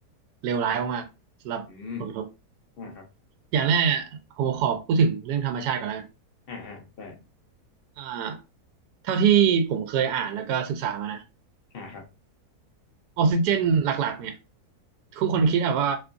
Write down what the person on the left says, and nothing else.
อืมอ่าครับ
อ่าอ่าได่
อ่าครับ